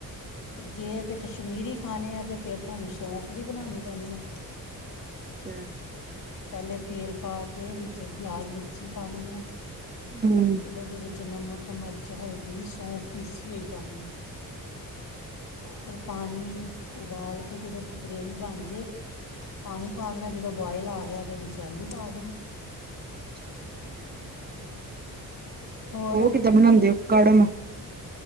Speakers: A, on the left; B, on the right.
A: ਜੇ ਤੇ ਕਸ਼ਮੀਰੀ ਖਾਣੇ ਆ ਤੇ ਫੇਰ ਤੁਹਾਨੂੰ ਸੌਂਫ ਦੀ ਬਨਾਣੀ ਪੈਣੀ ਐ।
B: ਅ
A: ਪਹਿਲੇ ਤੇਲ ਪਾ ਕੇ ਵਿੱਚ ਲਾਲ ਮਿਰਚੀ ਪਾਣੀ ਐ।
B: ਹੂੰ ਹੂੰ
A: ਫੇਰ ਉਹਦੇ ਵਿੱਚ ਨਮਕ, ਮਰਚ, ਹਲਦੀ, ਸੌਂਫ ਪੀਸੀ ਹੋਈ ਪਾਣੀ ਐ। ਫੇਰ ਪਾਣੀ ਉਬਾਲ ਕੇ ਜਦੋਂ ਗਰੇਵੀ ਬਣਜੇ, ਪਾਣੀ ਪਾ ਦੇਣਾ, ਜਦੋਂ ਬੋਆਇਲ ਆ ਗਿਆ ਉਹਦੇ ਵਿੱਚ ਆਲੂ ਪਾ ਦੇਣੇ।
B: ਠੀਕ ਐ।
A: ਹੋਰ ਇਧਰ
B: ਕਿੱਦਾਂ ਬਣਾਉਂਦੇ ਹੋ ਕੜਮ